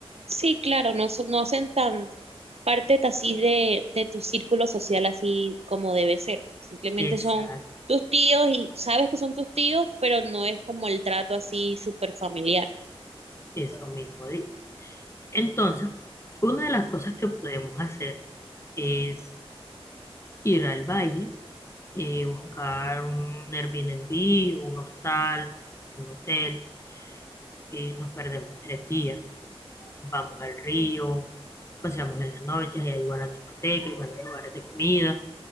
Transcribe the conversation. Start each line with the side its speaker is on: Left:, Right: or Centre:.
Right: Sí, claro, no, son, no hacen tan parte de así de, de tu círculo social así como debe ser. Simplemente
Left: Exacto,
Right: son tus tíos y sabes que son tus tíos, pero no es como el trato así súper familiar,
Left: eso mismo digo. Entonces, una de las cosas que podemos hacer es ir al valle, eh, buscar un Airbnb, un hostal, un hotel, eh, nos perdemos tres días, vamos al río, paseamos en las noches y hay buenas discotecas, buenos lugares de comida.